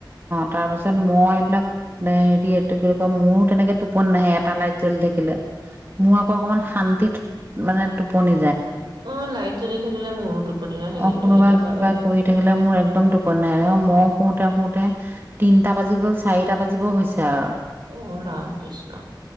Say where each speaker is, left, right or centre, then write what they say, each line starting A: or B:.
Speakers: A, on the right; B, on the right.
A: তাৰ পিছত মই এইবিলাক এ হেৰি এইটো কি কয় মোৰো তেনেকে টোপনি নাহে এটা লাইট জ্বলি থাকিলে মোৰ আকৌ অকনমান শান্তিত মানে টোপনি
B: অ লাইট জ্বলি থাকিলে মোৰো টোপনি নাহে
A: অঁ
B: কিন্তু
A: কোনোবা
B: সেইটো হয়
A: কিবা কৰি থাকিলে মোৰ একদম টোপন নাই। মই শুওতে-শুওতে তিনটা বাজি গ'ল চাৰিটা বাজিব হৈছে আৰু
B: অ ৰাম কৃষ্ণ